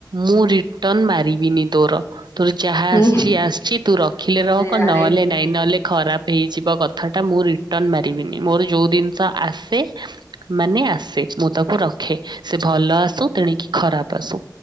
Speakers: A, on the right; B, on the left.
A: ମୁଁ ରିଟର୍ଣ ମାରିବିନି ତୋର। ତୋ ଯାହା
B: ହୁଁ।
A: ଆସିଛି ଆସିଛି ତୁ ରଖିଲେ
B: ଆରେ
A: ରଖ,
B: ଆରେ
A: ନହେଲେ ନାଇଁ। ନହେଲେ ଖରାପ୍ ହେଇଯିବ କଥା ଟା ମୁଁ ରିଟର୍ଣ ମାରିବିନି। ମୋର ଯୋଉ ଜିନ୍ସ ଆସେ ମାନେ ଆସେ, ମୁଁ ତାକୁ ରଖେ। ସେ ଭଲ ଆସୁ ତେଣିକି ଖରାପ ଆସୁ।